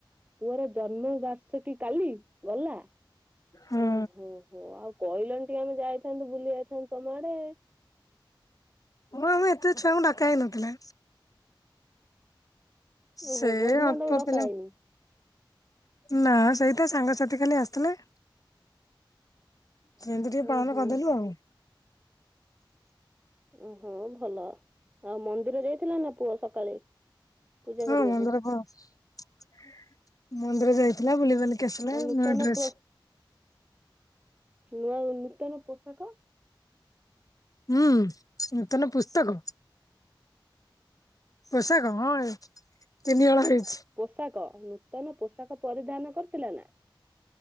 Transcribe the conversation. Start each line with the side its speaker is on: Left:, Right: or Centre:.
Right: ପୁଅର ଜନ୍ମ ବାର୍ଷକି କାଲି ଗଲା?
Left: ହୁଁ
Right: ଓହୋ, ହୋ ଆଉ କଇଲନ ଟିକେ ଆମେ ଯାଇଥାନ୍ତୁ, ବୁଲି ଆଇଥାନ୍ତୁ ତୋମ ଆଡେ।
Left: ହଁ ଆମ ଏତେ ଛୁଆଙ୍କୁ ଡାକା ହେଇ ନଥିଲା।
Right: ଓହୋ!
Left: ସେ
Right: ବନ୍ଧୁବାନ୍ଧବ
Left: ଅଳ୍ପ
Right: ଡକା
Left: ପିଲା
Right: ହେଇନି।
Left: ନା ସେଇଟା ସାଙ୍ଗସାଥି ଖାଲି ଆସିଥିଲେ। ସେମତି ଟିକେ
Right: ଉଁ
Left: ପାଳନ
Right: ହୁଁ
Left: କରିଦେଲୁ ଆଉ।
Right: ଓହୋ, ଭଲ ଆଉ ମନ୍ଦିର ଯାଇଥିଲା ନା ପୁଅ ସକାଳେ? ପୂଜା
Left: ହଁ
Right: କରିବାକୁ
Left: ମନ୍ଦିର ଖ-ମନ୍ଦିର ଯାଇଥିଲା, ବୁଲି ବାଲି କି ଆସିଲ,
Right: ଆଉ ନୂତନ
Left: ନୂଆ ଡ୍ରେସ୍
Right: ପ୍ର ନୂଆ, ନୂତନ ପୋଷାକ
Left: ହୁଁ, ନୂତନ ପୁସ୍ତକ? ପୋଷାକ ହଁ ଏ ତିନି ହଳ ହେଇଛି।
Right: ପୋଷାକ ନୂତନ ପୋଷାକ ପରିଧାନ କରିଥିଲା ନା?